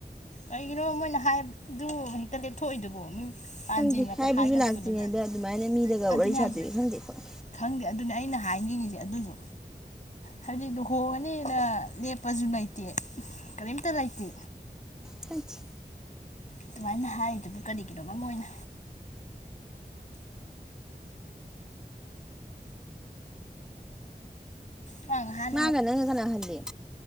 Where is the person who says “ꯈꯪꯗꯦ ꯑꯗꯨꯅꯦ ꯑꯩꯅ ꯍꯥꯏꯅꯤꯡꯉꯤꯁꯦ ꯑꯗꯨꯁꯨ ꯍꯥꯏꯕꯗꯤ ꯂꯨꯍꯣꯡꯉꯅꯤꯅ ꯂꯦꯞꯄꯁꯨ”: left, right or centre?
Left